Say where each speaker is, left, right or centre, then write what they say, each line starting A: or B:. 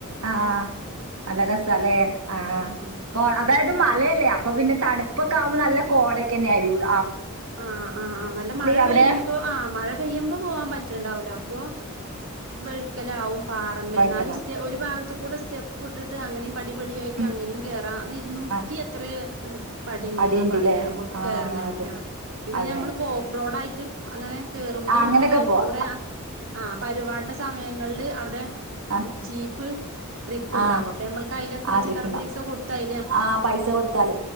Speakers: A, on the right; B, on the right.
A: ആ നല്ല രസ അല്ലേ ആ
B: ഉം
A: കോ അതായത് മലയല്ലേ അപ്പൊ പിന്നെണുപ്പൊക്കെ ആക്പ നല്ല കോടൊക്കെന്നെ ആടൂള്ളൂ
B: ആ ആ ആ് നല്ല മഴ
A: അവിടെ
B: പെയ്യുമ്പോ ആ് മഴ പെയ്യുമ്പോ പോവാൻ പറ്റണ്ടാവൂല്ല അപ്പോ വക്ക് ക്കാലാവും പാറമ്പ
A: പൈക്കലം
B: എന്ന സ്റ്റേ ഒരു ഭാഗ ത് കൂടെ സ്റ്റെപ്പ് ഇട്ടിട്ട് അങ്ങനെ പടിപടിയായിട്ട്
A: ഉം
B: അങ്ങനും കേയറാം അത് ഇരുന്നൂറ്റി
A: ആ
B: എത്ര അത പടി ഉണ്ട്
A: അടിയുണ്ടല്ലേ
B: എന്നാ പറയാമ്മക്ക്
A: ആ
B: കേയറണമെങ്കിൽ
A: അതെ
B: ആ പിന്നെ
A: അതെ
B: ഞമ്മള് പോ റോഡായിട്ട് അങ്ങനെ കേറുമ്പോ
A: ആ അങ്ങനെയൊക്കെ
B: അയിൽ
A: പോവാ
B: കൂടെ ആ പരുപാടിടെ സമയങ്ങളില് അവിടെ
A: ആ
B: ജീപ്പ് ട്രിപ്പ് ഇണ്ടാവു
A: ആ
B: അപ്പ നമ്മൾക്ക് അയിലെത്ര
A: ആ
B: ചില്ലറ
A: ട്രിപ്പുണ്ടാവും
B: പൈസ കൊടുത്തായി
A: ആ പൈസ കൊടുത്താല്